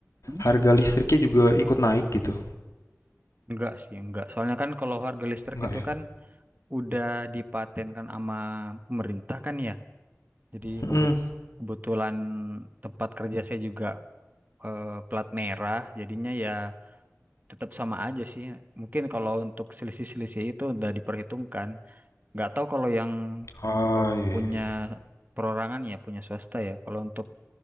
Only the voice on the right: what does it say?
mm.
Enggak sih, enggak. Soalnya kan kalau harga listrik
itu
kan udah dipatenkan sama pemerintah kan ya. Jadi
kebut- kebetulan tempat kerja saya juga eh, plat merah, jadinya ya tetap sama aja sih. Mungkin kalau untuk selisih-selisih itu udah diperhitungkan. nggak tahu kalau yang
eh,
punya
perorangan ya, punya swasta ya. Kalau untuk